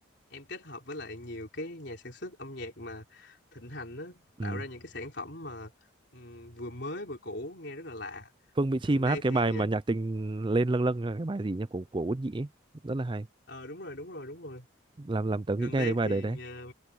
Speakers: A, on the left (about 55°); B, on the right (about 25°).
A: em kết hợp với lại nhiều cái nhà sản xuất âm nhạc mà thịnh hành á
B: ừ
A: tạo ra những cái sản phẩm mà ừm, vừa mới vừa cũ nghe rất là lạ
B: Phương Mỹ
A: gần
B: Chi mà
A: đây
B: hát cái
A: thì
B: bài mà nhạc tình lên lâng lâng là cái bài gì nhỉ của của Út Nhĩ ấy. rất là hay
A: ờ đúng rồi đúng rồi đúng rồi
B: làm làm tớ
A: gần
B: nghĩ ngay
A: đây
B: đến bài
A: thì
B: đấy đấy
A: ờ,